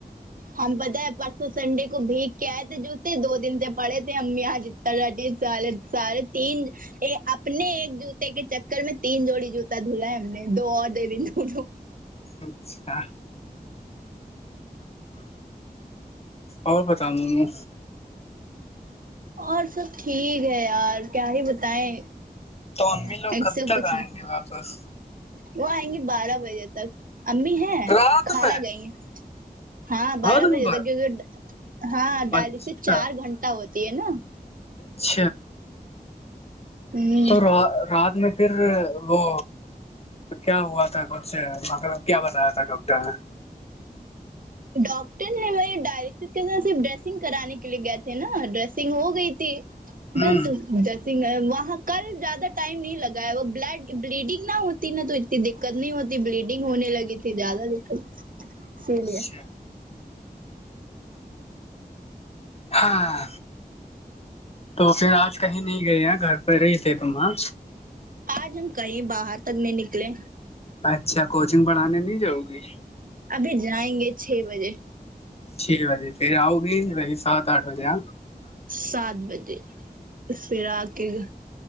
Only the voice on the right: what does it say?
ہم پتاہ ہے پرسوں سنڈے کو بھیگ کے آئے تھے جوتے دو دن سے پڑھے تھے امی یہاں سارے سارے تین ا اپنے ایک جوتے کے چکر میں تین جوڑی جوتا دھلا ہے ہم نے دو اور د دن لٹو
اور سب ٹھیک ہے یار کیا ہی بتائیں
ایک
سے
کچھ نہیں
وہ آئیں گی بارہ بجے تک امی ہیں
کالہ
گئی ہاں بارہ
بجے
ہوتا کیونکہ ہاں ڈالی
سے چار گھنٹہ ہوتی ہے نا
ہوں
ڈاکٹر نے م ڈائلسس صرف ڈریسنگ کرانے کے لیے گئے تھے نا ڈریسنگ ہو گئی تھی
بس جس وہاں کل زیادہ ٹائم نہیں لگا ہے وہ بڈ بلیڈنگ نہ ہوتی نا تو دقت نہیں ہوتی بلیڈنگ ہونے لگی تھی زیادہ دقت اسی لیے
آج ہم کہیں باہر تک نہیں نکلے
ابھی جائیں گے چھ بجے
سات بجے پھر آ کے